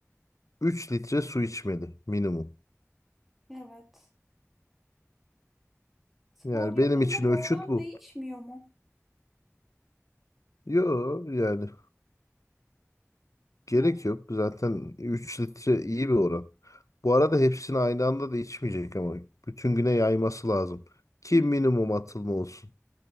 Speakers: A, on the left (about 90°); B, in the centre.
A: 3 litre su içmeli minimum.
B: Evet. Spor
A: Yani
B: yapınca
A: benim için
B: bu
A: ölçüt
B: oran
A: bu.
B: değişmiyor mu?
A: Yo yani gerek
B: Ya-
A: yok. Zaten 3 litre iyi bir oran. Bu arada hepsini aynı anda da içmeyecek ama bütün güne yayması lazım. Ki
B: Hı,
A: minimum atılma olsun.